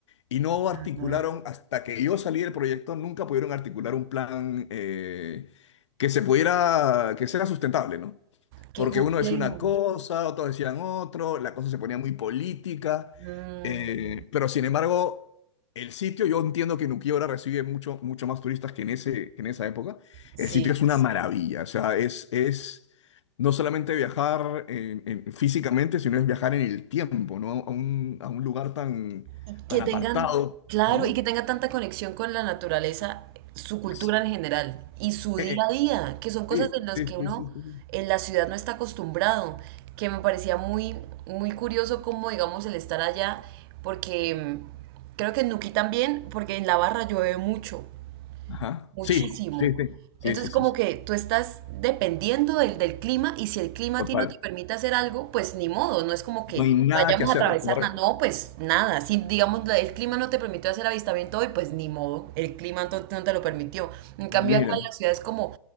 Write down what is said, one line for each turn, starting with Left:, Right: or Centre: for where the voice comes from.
Left: y no articularon,
Right: Ah,
Left: hasta que yo salí del proyecto, nunca pudieron articular un plan eh, que se pudiera, que sea sustentable, ¿no?
Right: qué
Left: Porque
Right: complejo.
Left: uno decía una cosa, otros decían otro, la cosa se ponía muy política,
Right: Mm,
Left: eh, pero sin embargo, el sitio, yo entiendo que Nuquí ahora recibe mucho, mucho más turistas que en ese, en esa época,
Right: sí.
Left: el sitio es una maravilla, o sea, es, es no solamente viajar en- en- físicamente, sino es viajar en el tiempo, ¿no? A un, a un lugar tan
Right: Y
Left: tan
Right: que
Left: apartado,
Right: tengan, claro,
Left: ¿no?
Right: y que tengan tanta conexión con la naturaleza, su cultura
Left: Es-
Right: en general y su
Left: eh,
Right: día a día, que son cosas
Left: eh,
Right: en las
Left: sí,
Right: que
Left: sí, sí,
Right: uno
Left: sí, sí. sí.
Right: en la ciudad no está acostumbrado, que me parecía muy, muy curioso como, digamos, el estar allá, porque mm, creo que en Nuquí también, porque en La Barra llueve mucho.
Left: Ajá.
Right: Muchísimo.
Left: Sí, sí, sí, sí,
Right: Entonces,
Left: sí, sí,
Right: como
Left: sí.
Right: que tú estás dependiendo del, del clima y si el clima
Left: Total.
Right: a ti no te permite hacer algo, pues ni modo, no es como que
Left: No hay nada
Right: vayamos
Left: que hacer,
Right: a atravesar
Left: es correcto.
Right: nada, no, pues nada. Si, digamos, la- el clima no te permitió hacer avistamiento hoy, pues ni modo, el clima no, no te lo permitió. En
Left: Mira,
Right: cambio, acá en la ciudad es como